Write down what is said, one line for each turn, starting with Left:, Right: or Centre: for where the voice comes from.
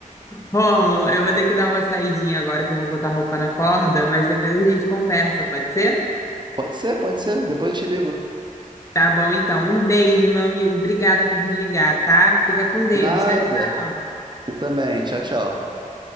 Left: Rômulo, eu vou ter que dar uma saidinha agora que eu vou botar roupa na corda, mas depois a gente conversa, pode ser?
Right: Pode ser, pode ser. Depois eu te ligo.
Left: Tá bom, então. Um beijo, meu amigo. Obrigada por me ligar, tá? Fica com Deus.
Right: Nada.
Left: Tchau, tchau.
Right: Você também. Tchau, tchau.